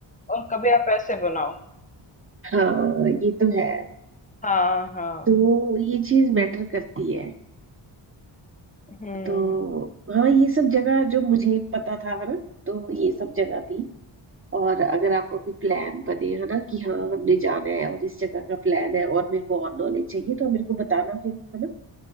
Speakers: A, on the left; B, on the right.
A: और कभी आप ऐसे बनाओ
B: हाँ ये तो है
A: हाँ हाँ
B: तो ये चीज मैटर करती है
A: हम्म
B: तो हाँ ये सब जगह जो मुझे पता था है ना तो ये सब जगह थी और अगर आपका कोई प्लान बने है ना कि हाँ हमने जाना है और इस जगह का प्लान है और मेरे को और नॉलेज चाहिए तो आप मेरे को बताना फिर है ना